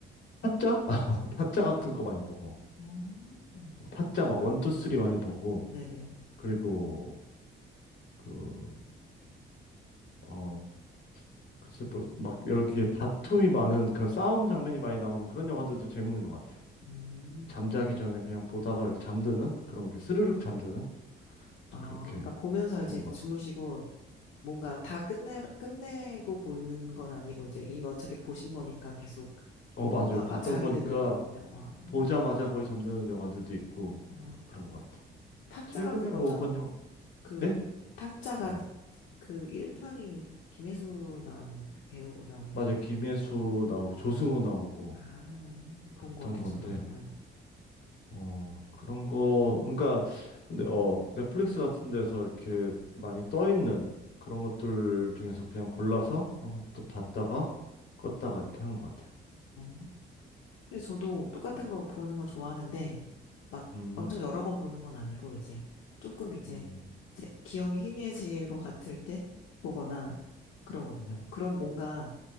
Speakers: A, on the left; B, on the left.
A: 타짜? <laughs> 타짜 같은 거 많이 보고,
B: 음.
A: 어, 타짜 막 원, 투, 쓰리 많이 보고,
B: 네네.
A: 그리고, 그, 어, 글쎄 뭐, 막 이렇게 다툼이 많은 그런 싸움 장면이 많이 나오는 그런 영화들도 재밌는 것 같아요.
B: 음.
A: 잠자기 전에 그냥 보다가 이렇게 잠드는 그런 게 스르륵 잠드는
B: 아,
A: 그렇게
B: 그러니까 보면서 이제
A: 그런 것
B: 주무시고
A: 같아요.
B: 뭔가 다 끝내, 끝내고 보는 건 아니고 이제 이미 어차피 보신 거니까 계속
A: 어,
B: 보다가
A: 맞아요. 봤던
B: 잠이
A: 거니까
B: 드는 거군요. 아.
A: 보자마자 거의 잠드는 영화들도 있고,
B: 아,
A: 막 그런 것 같아요.
B: 타짜가
A: 최근에
B: 그거죠?
A: 뭐 본 영, 화
B: 그
A: 네?
B: 타짜가
A: 음.
B: 그 1편이 김혜수 나오는 배우 나오는
A: 맞아요.
B: 거.
A: 김혜수 나오고 조승우 나오고
B: 아, 본
A: 했던
B: 것 같아요,
A: 건데
B: 저도. 네.
A: 어 그런 거 그러니까 근데 어 넷플릭스 같은 데서 이렇게 많이 떠 있는 그런 것들 중에서 그냥 골라서 하나 또 봤다가 껐다가 이렇게 하는 것 같아요.
B: 음. 근데 저도 똑같은 거 보는 거 좋아하는데 막
A: 음,
B: 엄청 여러 번 보는 건 아니고 이제 조금 이제
A: 음
B: 제- 기억이 희미해질 것 같을 때 보거나 그러거든요. 그럼 뭔가